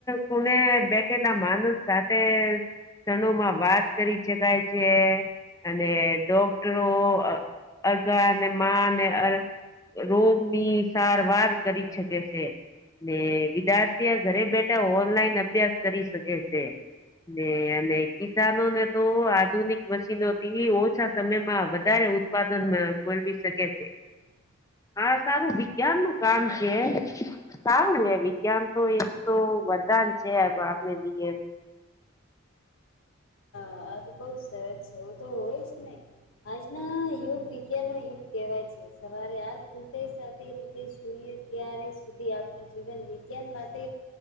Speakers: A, on the left (about 15°); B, on the left (about 80°).
A: કોને બેઠેલા માન સાથે કણોમાં વાત કરી શકાય છે અને ડોક્ટરો અરગા ને મા ને અર રોગ ની સારવાર કરી શકે છે. ને વિદ્યાર્થી ઘરે બેઠા ઓનલાઈન અભ્યાસ કરી શકે છે. ને અને કિસાનોને તો આધુનિક મશીનોથી ઓછા સમયમાં વધારે ઉત્પાદન મળવી શકે છે.
B: હ
A: હા સારું વિજ્ઞાન નું કામ છે. સારું એ વિજ્ઞાન તો એક તો બધા છે આપને બીએ
B: હા તો બઉુ સરસ છે એવું તો હોય જ ને આજના યુગ વિજ્ઞા નો યુગ કેહેવાય છે. સવારે આ ખુલ સાથે રીતે સુઈએ ત્યારે સુધી આપને જીવન વિજ્ઞાન માટે